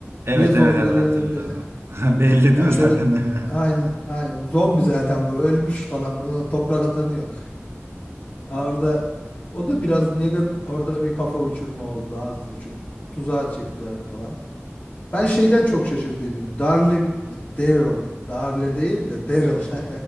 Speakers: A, on the right; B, on the left.
A: Evet
B: Niye zombileri
A: evet evet hatırladım.
B: yöneldi?
A: <laughs> Belli
B: Ya
A: değil mi
B: şöyle
A: zaten? <laughs>
B: aynen, aynen zombi zaten bu ölmüş kalan bu toprak atanı yok. Ya orada o da biraz Negan orada bir kafa uçurma oldu az buçuk. Tuzağa çektiler falan. Ben şeyden çok şaşırdıydım. Darle bir Daryl. Darle değil de Daryl. <laughs>